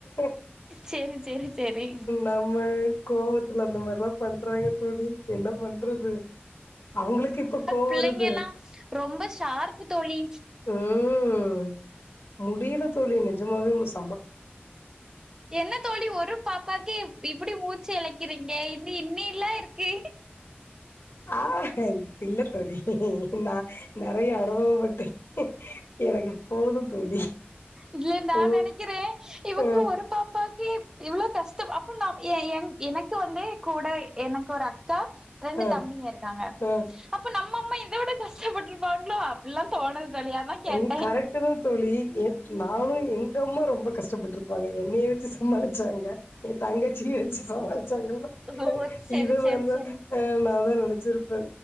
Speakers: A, on the left (about 80°); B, on the right (about 15°).
A: ம்
B: செரி செரி செரி
A: நம்ம கோவத்துல அந்த மார்ல்லா பண்றாங்க தோழி என்ன பண்றது அவங்களுக்கு இப்ப கோவோ
B: பிள்ளைங்கெல்லா
A: வருது
B: ரொம்ப ஷார்ப்பு தோழி
A: ம் முடியில தோழி நிஜமாவே மிஸ்
B: என்ன தோழி ஒரு பாப்பாக்கே ப் இப்புடி மூச்சு எழைக்கிறீ ங்க இன்னி இன்னில்லா இருக்கு
A: ஆ இல்ல தோழி நா நெறைய அனுபவப்பட்டு எனக்கு போது தோழி
B: இல்ல நா
A: போ
B: நெனைக்கிறே இவுங்க
A: அ
B: ஒரு பாப் ப்பாக்கி இவ்ளோ கஷ்டம் அப்ப நா எ ஏன் எனக்கு வந்தே கூட எனக்கொரு அக் கா ரெண்டு
A: அ
B: தம்பிங்க இருக்காங்க
A: அ
B: அப்ப நம்ம அம்மா இத விட கஷ்டப்பட்ருப்பாங்ளோ அப்பில்லா தோணுது தோழி அதா கேட்டே
A: இன் கரெக்டுதா தோழி எப் நானு எங்கம்மா ரொம்ப கஷ்டப்பட்ருப்பாங்க என்னைய வச்சி சமாலிச்சாங்க எ தங்கச்சிய வச்சி சமால் ச்சாங்கல்ல
B: ஓ செரி
A: இது
B: செரி
A: நந்தா
B: செரி
A: அ நாத நென ச்சிருப்ப